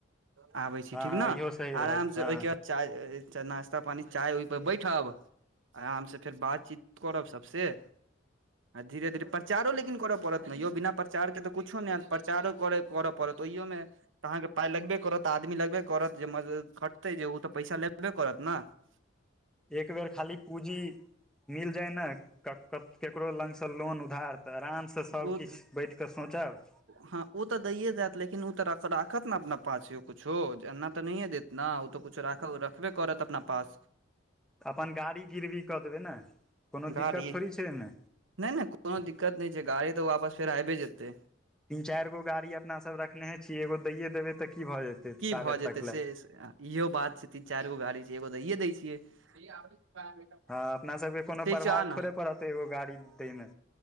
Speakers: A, on the right; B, in the centre.
A: आबय छी
B: हँ
A: ठीक
B: हँ
A: न
B: इहो सही
A: आराम
B: रहत
A: स
B: हँ
A: ओइके बा चाय अअ चनाश्ता पानी चाय ओइपर बैठब। आराम से फेर बातचीत करब सबसे आ धीरे-धीरे परचारो लेक लेकिन करऽ पड़त ने यौ बिना प्रचार के तऽ किछो नइ हैत प्रचारो करऽ पड़त ओहियोमे तऽ अहाँके पाइ लगबे करत आदमी लगबे करत जे मज खटतै जे उ तऽ पैसा लेबे करत न। <inaudible> <inaudible> <inaudible>
B: एक बेर खाली पूजी मिल जाय ने कक-केकरो लगसँ लोन उधार तऽ आराम सँ सबकिछ
A: ओ
B: बैठिकऽ सोचब।
A: हँ उतऽ दैए जायत लेकिन ओ तऽ राखत ने अपना पाछ किछो एना तऽ नहिए देत। ना उतऽ कुछु राख रखबे करत अपना पास।
B: अपन गाड़ी गिरबी कऽ देबै ने। कोनो
A: गाड़ी
B: दिक्कत थोड़ी छै ओहिमे
A: नै नै कोनो दिक्कत नहि छै गाड़ी तऽ वापस फेर आइबे जेतै।
B: तीन चारि गो गाड़ी अपना सब रखनेेहे छियै एगो दैए देबै तऽ की भऽ जेतै
A: की
B: ताबे
A: भऽ जेतै
B: तक ले।
A: से इहो बात छै तीन चाइर गो गाड़ी छै एगो दैय दै छियै।
B: हँ अपना सबके कोनो
A: ठीक
B: प्रभाव
A: छै आ ने
B: थोड़े पड़त एगो गाड़ी दय मे।